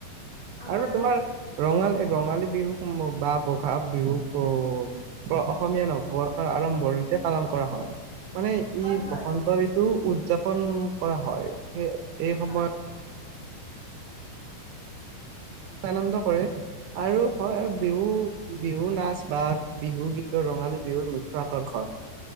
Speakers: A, on the left; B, on the right.
A: আমাৰ
B: আৰু তোমাৰ ৰঙালী, ৰঙালী বিহুক বা বহাগ বিহুক অসমীয়া বৰ্ষৰ আৰম্ভণিতে পালন কৰা হয়। মানে ই
A: হয় হয়
B: বসন্ত ঋতু উদযাপন কৰা হয় স এই সময়ত
A: হয় <inaudible>
B: আনন্দ কৰে আৰু হয় আৰু বিহু বিহু নাচ বা বিহু গীতৰ ৰঙালী বিহুৰ মুখ্য আকৰ্ষণ।